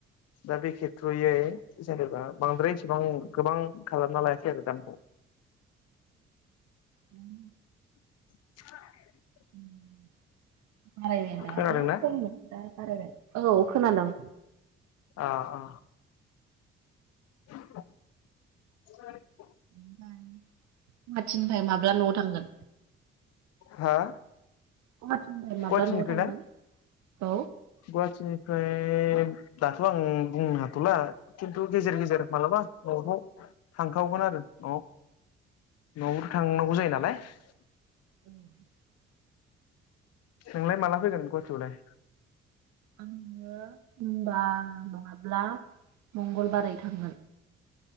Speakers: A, on the left; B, on the right.
A: दा बे खेत्रयै जेनेबा बांद्राय एसेबां गोबां खालामना लायाखै आरो दामखौ।
B: उम।
A: <unintelligible>
B: उम। बारायबाय आरो
A: खोनादोंना
B: आगोलाव खमोन दा बारायबाय। औ खोनादों।
A: अ अ। <unintelligible>
B: ओ <unintelligible> माब्ला न'आव थांगोन?
A: हो?
B: गुवाहाटिनिफ्राय माब्ला
A: गुवाहाटिनिफ्राय
B: न'आव थांगोन
A: ना
B: औ
A: गुवाहाटिनिफ्राय दाथ' आं बुंनो हाथ'ला खिन्थु गेजेर गेजेर मालाबा न'फ्राव थांखावगोन आरो न'आव। न'आवबोथ' थांनांगौ जायो नालाय। <unintelligible>
B: <unintelligible>
A: नोंलाय माला फैगोन गुवाहाटियावलाय?
B: आङो <unintelligible> नङाब्ला मंगलबारै थांगोन।